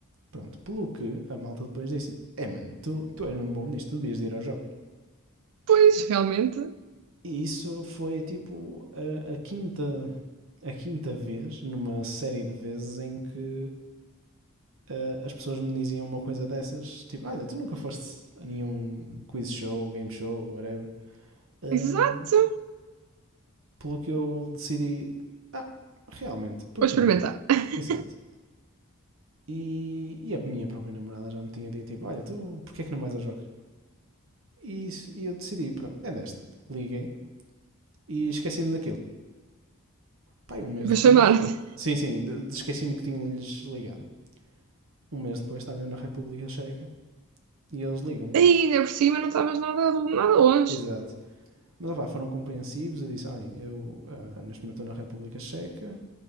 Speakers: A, on the right (about 60°); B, on the right (about 80°).
A: Pronto, pelo que a malta depois disse-me: É mano, tu, tu és mesmo bom nisto, tu devias de ir ao Joker.
B: Pois, realmente.
A: E isso foi tipo a, a quinta, a quinta vez, numa série de vezes, em que eh, as pessoas me diziam uma coisa dessas: Tipo, olha, tu nunca foste a nenhum quiz show, game show, whatever. Ahm,
B: Exato.
A: pelo que eu decidi: Ah, realmente, por
B: Vou
A: que
B: experimentar.
A: não?
B: <laughs>
A: Exato. E, e a minha própria namorada já me tinha dito: Tipo, olha, tu, porquê é que não vais ao Joker? E, isso- e eu decidi: Pronto, é desta. Liguei e esqueci-me daquilo. Pá, um mês
B: Vou
A: depois.
B: chamar-te.
A: Sim, sim, de- de- esqueci-me que tinha-lhes ligado. Um mês depois estava eu na República Checa e eles ligam-me.
B: Ai, Ainda por cima não estavas nada, nada longe.
A: Exato. Mas opá, foram compreensivos. Eu disse: olhem, eu ah, neste momento estou na República Checa